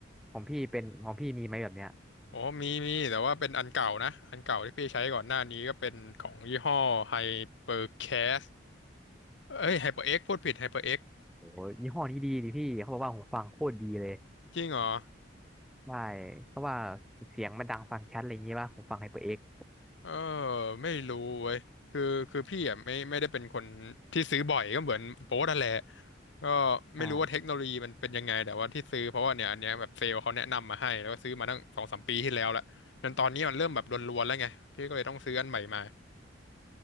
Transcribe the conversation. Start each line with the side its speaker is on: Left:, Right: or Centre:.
Centre: ของพี่เป็นของพี่มีไหมแบบเนี้ย
Left: โอ้มีมีแต่ว่าเป็นอันเก่านะอันเก่าที่พี่ใช้ก่อนหน้านี้ก็เป็นของยี่ห้อ HyperCast เอ้ย HyperX พูดผิด HyperX
Centre: โอ้โหยี่ห้อนี้ดีนี่พี่เขาบอกว่าหูฟังโคตรดีเลย
Left: จริงเหรอ
Centre: ใช่เพราะว่าเสียงมันดังฟังชัดอะไรอย่างงี้ป่ะหูฟังไฮเปอร์เอ็กซ์
Left: เออไม่รู้เว้ยคือคือพี่อ่ะไม่ไม่ได้เป็นคนที่ซื้อบ่อยก็เหมือนโป๊ะนั่นแหละก็ไม่รู้ว่าเทคโนโลยีมันเป็นยังไงแต่ว่าที่ซื้อเพราะว่าเนี่ยอันเนี้ยแบบเซลล์เขาแนะนำมาให้แล้วก็ซื้อมาตั้งสองสามปีที่แล้วละจนตอนนี้มันเริ่มแบบรวนๆแล้วไงพี่ก็เลยต้องซื้ออันใหม่มา
Centre: ใช่